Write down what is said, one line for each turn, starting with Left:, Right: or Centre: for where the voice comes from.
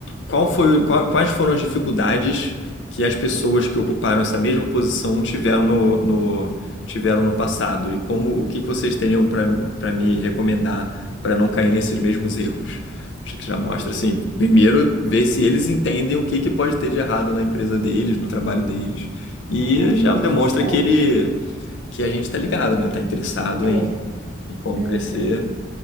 Left: qual foi, qual- quais foram as dificuldades que as pessoas que ocuparam essa mesma posição tiveram no, no- tiveram no passado? E como, o que que vocês teriam para me recomendar para não cair nesses mesmos erros? Acho que já
Right: Uhum.
Left: mostra assim, primeiro ver se eles entendem o que que pode ter de errado na empresa deles, no trabalho deles, e
Right: Ah,
Left: já demonstra
Right: interessante.
Left: que ele, que a gente está ligado, né? Tá interessado
Right: É.
Left: em, em como
Right: Uhum.
Left: crescer.